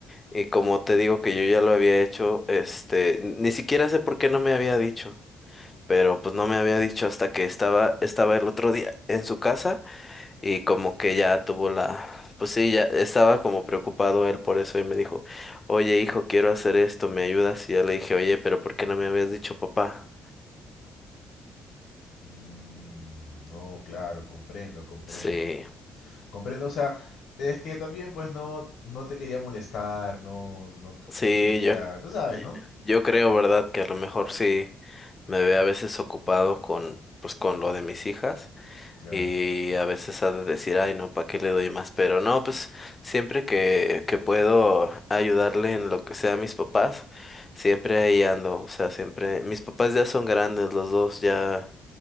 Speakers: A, on the left; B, on the left.
A: y como te digo que yo ya lo había hecho, este, ni siquiera sé por qué no me había dicho, pero pues no me había dicho hasta que estaba, estaba el otro día en su casa. Y como que ya tuvo la, pues sí, ya estaba como preocupado él por eso y me dijo, oye hijo, quiero hacer esto, ¿me ayudas? Y ya le dije, oye, pero ¿por qué no me habías dicho papá?
B: Mm, no, claro, comprendo, comprendo.
A: Sí,
B: Comprendo, o sea, es que también pues no, no te quería molestar, no, no,
A: sí,
B: no quería,
A: yo,
B: tú sabes,
A: y-
B: ¿no?
A: yo creo, ¿verdad? Que a lo mejor
B: Claro.
A: sí me ve a veces ocupado con, pues con lo de mis hijas
B: Claro.
A: Y a veces ha de decir, ay, no, ¿para qué le doy más? Pero no, pues siempre que, que puedo ayudarle en lo que sea a mis papás, siempre ahí ando. O sea, siempre. Mis papás ya son grandes, los dos ya,